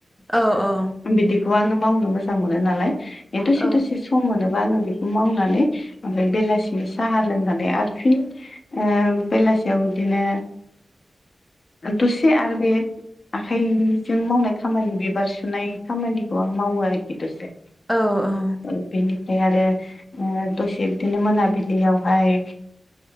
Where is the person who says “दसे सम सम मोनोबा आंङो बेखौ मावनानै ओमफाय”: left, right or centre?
Left